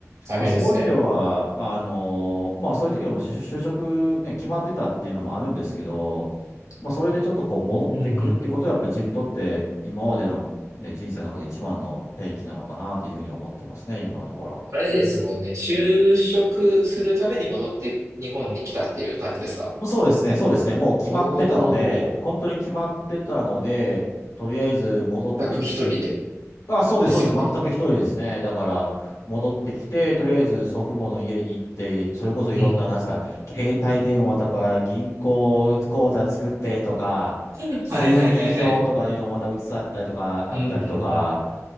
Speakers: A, on the right; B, on the left.
A: 大変ですね。
B: まあ、そういう意味では、あのーまあ、そういう時はもう就就職ね、決まってたっていうのもあるんですけど、まあ、それでちょっとこう戻ってくるってことは、
A: うんうん。
B: やっぱり自分にとって今までの、ね、人生の中で一番の転機なのかなというふうに思ってますね、今のところ。
A: あれですもんね。就職するために戻って日本に来たっていう感じですか
B: もうそうですね、そうですね、もう決まってたので、
A: おー。
B: 本当に決まってたので、とりあえず戻ってき
A: 全く一人で
B: あ、そうです、
A: ですよね。
B: そうです。全く一人ですね。だから、戻ってきて、とりあえず祖父母の家に行って、それこそいろんな、
A: うん
B: なんですか、携帯電話とか、銀行口座作ってとか、
A: うん。
B: 住民票とかいうのもまた移さったりとか、
A: はいはいはいはい。うんうんうん。
B: あったりとか、